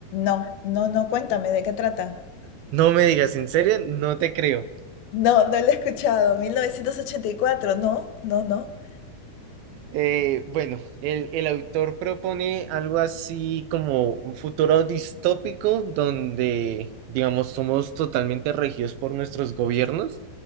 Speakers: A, on the left; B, on the right.
A: No, no, no, cuéntame, ¿de qué trata?
B: No me digas, ¿en serio? No te creo.
A: No, no lo he escuchado. 1984. no, no, no.
B: Eh, bueno, el, el autor propone algo así como un futuro distópico donde, digamos, somos totalmente regidos por nuestros gobiernos.